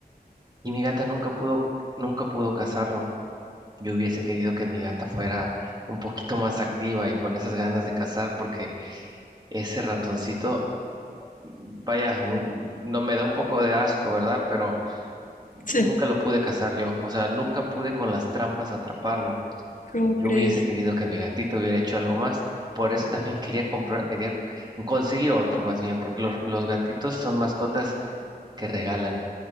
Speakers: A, on the right; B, on the left.
A: y mi gata nunca pudo, nunca pudo cazarlo. Yo hubiese querido que mi gata fuera un poquito más activa y con esas ganas de cazar, porque ese ratoncito, vaya, nu- no, me da un poco de asco, ¿verdad? Pero nunca
B: sí.
A: lo pude cazar yo, o sea, nunca pude con las trampas atraparlo.
B: ¿Cómo
A: Yo
B: crees?
A: hubiese querido que mi gatito hubiera hecho algo más. Por eso también <laughs> quería comprar, quería conseguir otro más bien, porque los, los gatitos son mascotas que regalan